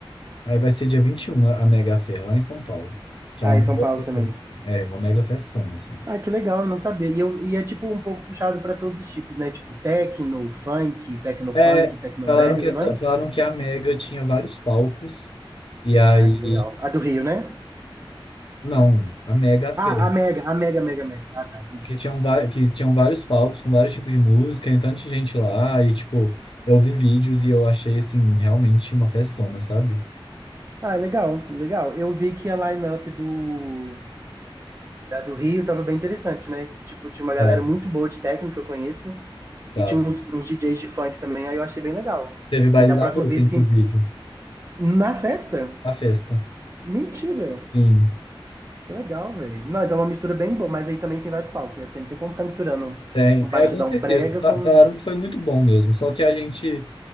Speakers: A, on the left; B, on the right.
A: Aí vai ser dia 21 a a Mega a Fé, lá em São Paulo. Que
B: Ah,
A: é uma
B: e
A: mega
B: São Paulo também.
A: fest- é, uma mega festona, assim.
B: Ah, que legal, eu não sabia. E, eu, e é tipo um pouco puxado pra todos os tipos, né? Tipo techno, funk, tecno funk,
A: É,
B: tecno
A: falaram
B: brega,
A: que essa,
B: não é?
A: falaram que a Mega tinha vários palcos. E aí
B: Ah, que legal. A do Rio, né?
A: Não, a Mega Fê.
B: Ah, a Mega, a Mega, Mega, Mega. Ah, tá, entendi.
A: Que tinham, va- que tinham vários palcos com vários tipos de música e tanta gente lá. E, tipo, eu vi vídeos e eu achei, assim, realmente uma festona, sabe?
B: Ah, legal, legal. Eu vi que a line-up do, da do Rio tava bem interessante, né? Tipo, tinha uma galera
A: Tava,
B: muito boa de técnico que eu conheço
A: tava.
B: e tinha uns, uns DJs de funk também, aí eu achei bem legal.
A: Teve
B: Assim,
A: baile
B: da próxima
A: da Boca,
B: vez
A: inclusive,
B: que... Na festa?
A: a festa.
B: Mentira!
A: Sim,
B: Que legal, velho. Não, então é uma mistura bem boa, mas aí também tem vários palcos, né? Porque não tem como ficar misturando
A: tem.
B: um, um batidão
A: É, com certeza.
B: brega
A: Fa-
B: com...
A: Falaram que foi muito bom mesmo. Só que a gente